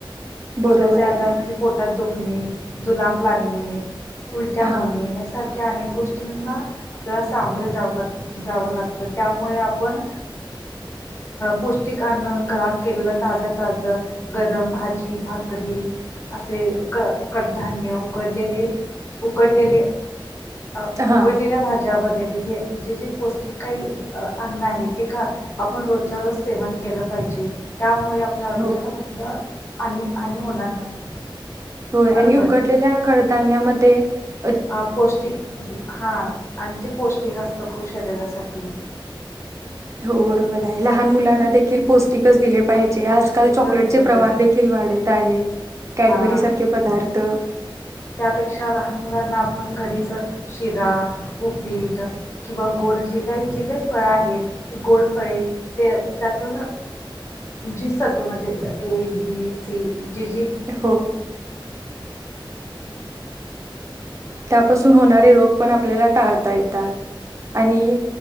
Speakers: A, on the right; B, on the left.
A: बरोबर
B: पोटाचे आजार
A: आहे.
B: म्हणजे पोटात दुखण आणि जुलाब लागणे उलट्या
A: हा
B: होणे यासारख्या अक गोष्टींना आपल्या सामरे जाव लाग जावं लागतं त्यामुळे आपण पौष्टिक अन्न घरात केलं ताज ताज गरम भाजी भाकरी असे क कडधान्य उकडलेले उकडलेले अ
A: हा
B: उघडलेल्या भाज्या वगैर हे जे जे पौष्टिक काही अन्न आहे ते ख आपण रोजच्या रोज सेवन केलं पाहिजे त्यामुळे आपल्या आरोग्याला
A: हो
B: कुठलं आणि हानी होणार नाही.
A: होय
B: बरोबर
A: आणि उकडलेल्या कडधान्यामध्ये ते
B: आ पौष्टिक हा आणि ते पौष्टिक असतं खूप शरीरासाठी
A: हो बरोबर
B: असं
A: आहे लहान मुलांना देख पौष्टिक च दिले पाहिजे
B: पौष्टिकच
A: आजकाल चॉकलेट
B: दिलं
A: चे
B: पाहिजे
A: प्रमाण देखील वाढत आहे. कॅडबरी
B: हा
A: सारखे पदार्थ
B: त्यापेक्षा लहान मुलांना आपण घरीच शिरा उपीट किंवा गोड जे काही जे काही फळं आहेत ती गोड फळे ते त्यातून जी सत्व म्हणजे ए बी सी जी जी
A: हो, त्यापासून होणारे रोग पण आपल्याला टाळता येतात. आणि